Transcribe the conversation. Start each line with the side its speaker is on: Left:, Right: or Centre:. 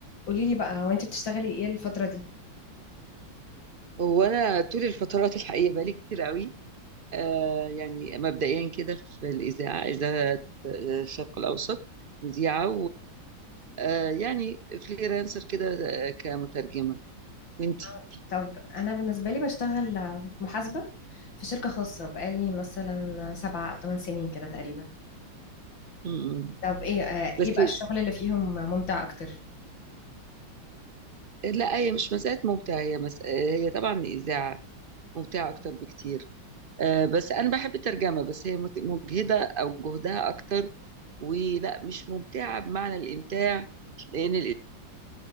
Left: قولي لي بقى وانت بتشتغلي ايه الفترة دي
Right: وانا طول الفترات الحقيقه بقالي كتير قوي آه يعني مبدئيا كده في الاذاعه اذاعه آه، الشرق الاوسط مذيعه ويعني فريلانسر كده آه، كمترجمه وانتي
Left: آه. طب انا بالنسبة لي بشتغل محاسبة في شركة خاصة بقالي مثلا سبعة او ثمان سنين كده تقريبا
Right: م-م.
Left: طب ايه آه،
Right: بس
Left: ايه بقى الشغل اللي فيهم ممتع اكتر
Right: لا هي مش مساله ممتعه هي مس... هي طبعا الاذاعه ممتعه اكتر بكتير آه بس انا بحب الترجمه بس هي مت- مجهده او جهدها اكتر ولا مش ممتعه بمعنى الامتاع لان